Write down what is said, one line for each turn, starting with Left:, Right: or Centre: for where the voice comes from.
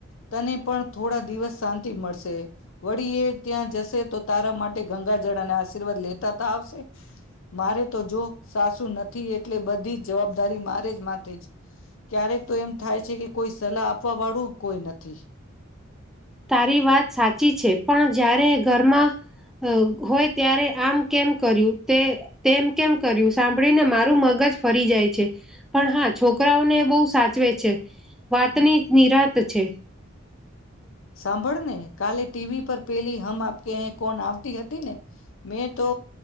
Left: તને પણ થોડા દિવસ શાંતિ મળશે. વળી એ ત્યાં જસ તો તારા માટે ગંગા જળ અને આશીર્વાદ લેતા ત આવશે. મારે તો જો સાસુ નથી એટલે બધી જ જવાબદારી મારે જ માથે છે. ક્યારેક તો એમ થાય છે કે કોઈ સલાહ આપવા વાળું કોઈ નથી.
Centre: તારી વાત સાચી છે પણ જ્યારે ઘરમાં હોય ત્યારે આમ કેમ કર્યું તે તેમ કેમ કર્યું સાંભળીને મારું મગજ ફરી જાય છે પણ હા છોકરાઓને બહુ સાચવે છે વાતની નિરાત છે.
Left: સાંભળને કાલે ટીવી પર પેલી હમ આપ કે અહીં કોણ આવતી હતી ને. મેં તો